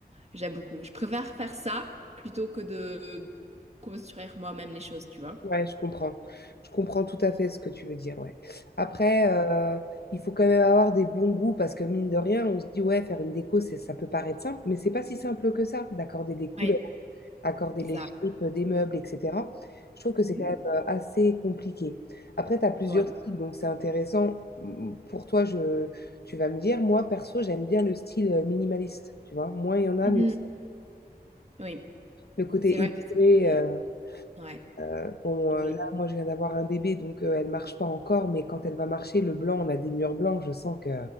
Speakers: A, on the right; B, on the left.
A: j'aime beaucoup. Je préfère faire ça plutôt que de construire moi-même les choses, tu vois.
B: Ouais, je comprends. Je comprends tout à fait ce que tu veux dire, ouais. Après, euh, il faut quand même avoir des bons goûts parce que mine de rien, on se dit, ouais, faire une déco, c'est, ça peut paraître simple, mais c'est pas si simple que ça, d'accorder des couleurs,
A: Oui.
B: accorder
A: C'est
B: les
A: ça.
B: shapes des meubles, etc. Je trouve que c'est
A: Mhm.
B: quand même euh, assez compliqué. Après, tu as plusieurs
A: Ouais.
B: styles, donc c'est intéressant. Mm, Pour toi, je, tu vas me dire, moi, perso, j'aime bien le style euh, minimaliste, tu vois. Moins il y en a,
A: Mhm.
B: mieux. c'est.
A: Oui,
B: Le côté
A: c'est vrai
B: épuré,
A: que c'est
B: euh,
A: ouais,
B: Euh, Bon,
A: joli.
B: euh, là, moi, je viens d'avoir un bébé, donc euh, elle marche pas encore, mais quand elle va marcher, le blanc, on a des murs blancs, je sens que...